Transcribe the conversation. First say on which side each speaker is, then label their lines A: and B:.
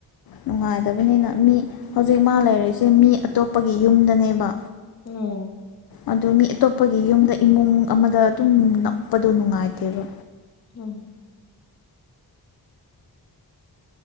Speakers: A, on the left; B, on the left.
A: ꯅꯨꯡꯉꯥꯏꯗꯕꯅꯤꯅ ꯃꯤ ꯍꯧꯖꯤꯛ
B: ꯎꯝ
A: ꯃꯥ ꯂꯩꯔꯛꯏꯁꯦ ꯃꯤ ꯑꯇꯣꯞꯄꯒꯤ ꯌꯨꯝꯗꯅꯦꯕ
B: ꯎꯝ
A: ꯑꯗꯣ ꯃꯤ ꯑꯇꯣꯞꯄꯒꯤ ꯌꯨꯝꯗ ꯏꯃꯨꯡ ꯑꯃꯗ ꯑꯗꯨꯝ ꯅꯞꯄꯗꯣ ꯅꯨꯉꯥꯏꯇꯦꯕ
B: <unintelligible>